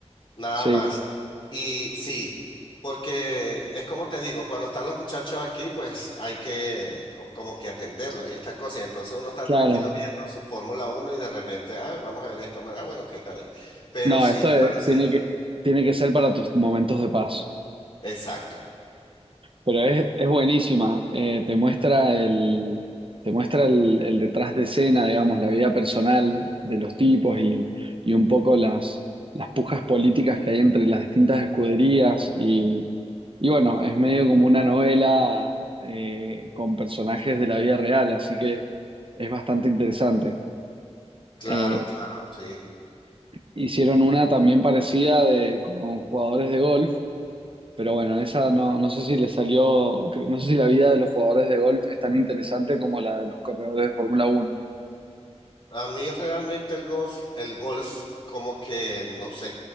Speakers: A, on the left; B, on the right.
A: nada
B: Sí,
A: más. Y sí, porque es como te digo, cuando están los muchachos aquí, pues hay que co- como que atenderlos y estas cosas. Y entonces uno está
B: claro.
A: tranquilo viendo su Fórmula uno y de repente, ah, vamos a ver esto, ah, bueno, ok, está bien. Pero
B: No,
A: sí,
B: esto
A: me
B: eh,
A: parece,
B: tiene que, tiene que ser para tus momentos de paz.
A: exacto,
B: Pero es, es buenísima, eh, te muestra el, te muestra el, el detrás de escena, digamos, la vida personal de los tipos y, y un poco las, las pujas políticas que hay entre las distintas escuderías. Y, y bueno, es medio como una novela eh, con personajes de la vida real, así que es bastante interesante.
A: claro,
B: Eh,
A: claro, sí.
B: hicieron una también parecida de, con jugadores de golf Pero bueno, esa no, no sé si le salió, cre- no sé si la vida de los jugadores de golf es tan interesante como la de los corredores de Fórmula uno
A: A mí realmente el golf, el golf, como que no sé,